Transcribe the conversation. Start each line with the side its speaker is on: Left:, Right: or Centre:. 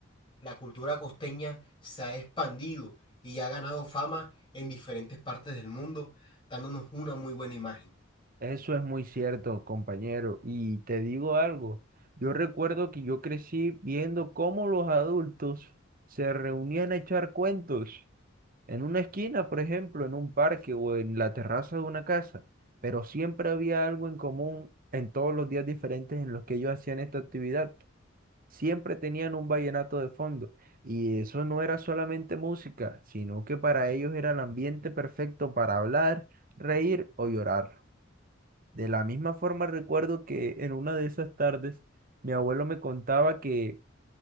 Left: la cultura costeña se ha expandido y ha ganado fama en diferentes partes del mundo, dándonos una muy buena imagen.
Right: Eso es muy cierto, compañero. Y te digo algo, yo recuerdo que yo crecí viendo cómo los adultos se reunían a echar cuentos en una esquina, por ejemplo, en un parque o en la terraza de una casa, pero siempre había algo en común en todos los días diferentes en los que ellos hacían esta actividad. siempre tenían un vallenato de fondo. Y eso no era solamente música, sino que para ellos era el ambiente perfecto para hablar, reír o llorar. De la misma forma recuerdo que en una de esas tardes mi abuelo me contaba que